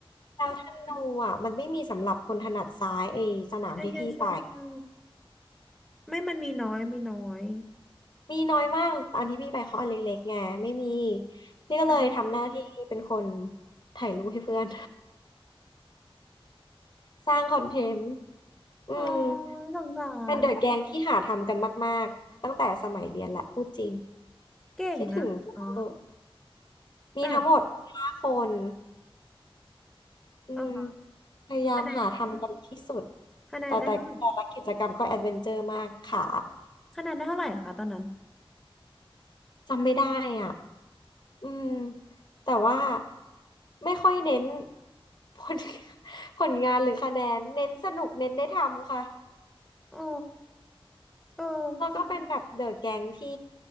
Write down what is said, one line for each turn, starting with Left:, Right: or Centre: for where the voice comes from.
Left: แล้วธนูอ่ะมันไม่มีสำหรับคนถนัดซ้ายไอ้สนามที่พี่ไป
Centre: ใช่ใช่ใช่ใช่ไม่มันมีน้อยมีน้อย
Left: มีน้อยมากอันที่พี่ไปเขาอันเล็กๆไงไม่มีพี่ก็เลยทำหน้าที่เป็นคน
Centre: อ่ะ
Left: ถ่ายรูปให้เพื่อน สร้างคอนเทนต์ อืม
Centre: โอ้ยสงสาร
Left: เป็นเดอะแกงที่หาทำกันมากๆตั้งแต่สมัยเรียนแหละพูดจริง
Centre: เก่งนะอ๋อ
Left: คิดถึงเวอร์มีทั้งหมดห้าคน
Centre: แบบ
Left: อืม
Centre: อ๋อ
Left: พยายามหาทำกันที่สุด
Centre: คะแนนเท่าไหร่คะแนนได้เท่าไหร่
Left: แต่แต่แต่ละกิจกรรมก็แอดเวนเจอร์มากขา
Centre: คะแนนได้เท่าไหร่คะตอนนั้น
Left: จำไม่ได้อ่ะ อืมแต่ว่าไม่ค่อยเน้นผล <laughs> ผลงานหรือคะแนน เน้นสนุกเน้นได้ทำค่ะ
Centre: อ๋อเออ
Left: แล้วก็เป็นแบบเดอะแก๊งที่